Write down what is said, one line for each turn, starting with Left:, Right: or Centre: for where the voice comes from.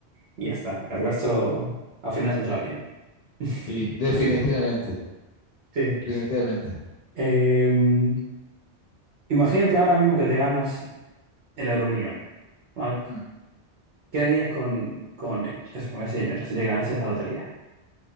Right: y ya está. El resto al final saldrá bien. <laughs>
Left: sí, definitivamente,
Right: ¿Qué crees? Sí.
Left: definitivamente.
Right: Em, imagínate ahora mismo que te ganas el Euromillón, ¿vale?
Left: Mm.
Right: ¿Qué harías con, con eso, con ese dinero si te ganases la lotería?